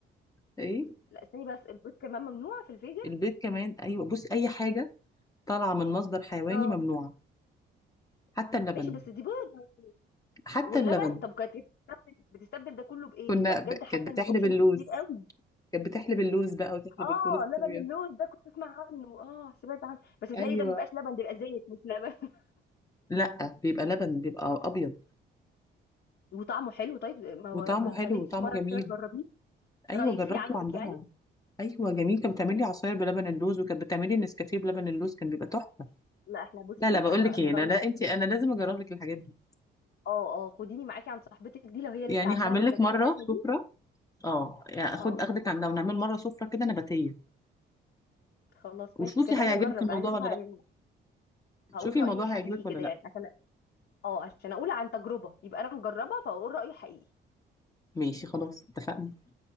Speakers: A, on the left (about 15°); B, on the left (about 65°).
A: ايه
B: لا استني بس البيض كمان ممنوع في الفيجن؟
A: البيض كمان ايوه بص اي حاجه طالعه من مصدر حيواني
B: اه
A: ممنوعه حتى اللبن
B: ماشي بس دي بيض
A: حتى
B: واللبن
A: اللبن
B: طب كانت بتستبدل بتستبدل ده كله بإيه؟
A: كنا
B: لا بجد
A: ب...
B: حاسة
A: كانت بتحلب
B: ان اوبشنز
A: اللوز
B: كتير قوي
A: كانت بتحلب اللوز بقى وتحلب
B: اه
A: الفول الصويا
B: لبن اللوز ده كنت اسمع عنه اه سمعت عنه بس بيتهيألي
A: ايوه
B: ده ما بيبقاش لبن ده بيبقى زيت مش لبن
A: لا بيبقى لبن بيبقى ابيض
B: وطعمه حلو طيب ما
A: وطعمه
B: ما ما
A: حلو
B: خليتش
A: وطعمه
B: مرة
A: جميل
B: كده تجربيه
A: ايوه
B: رأيك
A: جربته
B: فيه عجبك
A: عندها
B: يعني
A: ايوه جميل كانت بتعمل لي عصاير بلبن اللوز وكانت بتعمل لي نسكافيه بلبن اللوز كان بيبقى تحفه
B: لا احنا بصي
A: لا لا بقول
B: انا
A: لك
B: انا
A: ايه
B: رأيي
A: لا لا
B: بقى
A: انت انا لازم اجرب لك الحاجات دي
B: اه اه خديني معاكي عند صاحبتك دي لو هي
A: يعني
B: لسه عندها
A: هعمل
B: المنتجات
A: لك مره
B: الحلوة
A: سفره
B: دي
A: اه يعني اخد
B: اه
A: اخدك عندها ونعمل مره سفره كده نباتيه
B: خلاص
A: وشوفي
B: ماشي بجد
A: هيعجبك
B: عايزة اجرب
A: الموضوع
B: عايزة اشوفها
A: ولا لا
B: يعني هقول
A: شوفي
B: رأيي
A: الموضوع
B: حقيقي
A: هيعجبك
B: كده
A: ولا لا
B: يعني عشان اه عشان اقول عن تجربة يبقى انا مجربة فاقول رأيي حقيقي
A: ماشي خلاص اتفقنا